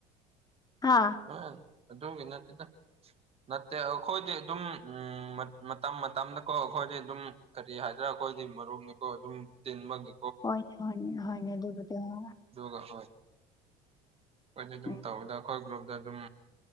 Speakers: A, on the left; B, on the right.
A: ꯍꯥꯥ
B: ꯑꯥ ꯑꯗꯨꯒꯤ ꯅꯥꯠꯇꯦꯗ ꯅꯠꯇꯦ ꯑꯈꯣꯏꯗꯤ ꯑꯗꯨꯝ ꯎꯝ ꯃꯇꯝ ꯃꯇꯝꯗꯀꯣ ꯑꯈꯣꯏꯗꯤ ꯑꯗꯨꯝ ꯀꯔꯤ ꯍꯥꯏꯗ꯭ꯔꯥ ꯑꯈꯣꯏꯗꯤ ꯃꯔꯣꯛꯅꯤꯀꯣ ꯑꯗꯨꯝ ꯇꯤꯟꯕꯒ
A: ꯍꯣꯏꯅꯦ ꯍꯣꯏꯅꯦ ꯍꯣꯏꯅꯦ ꯗꯨꯕꯨꯗꯤ ꯍꯣꯏ
B: ꯑꯗꯨꯒ ꯍꯣꯏ ꯑꯈꯣꯏꯗꯤ ꯑꯗꯨꯝ
A: ꯎꯝ
B: ꯇꯧꯋꯦꯗ ꯑꯈꯣꯏ ꯒ꯭ꯔꯨꯞ ꯗ ꯗꯨꯝ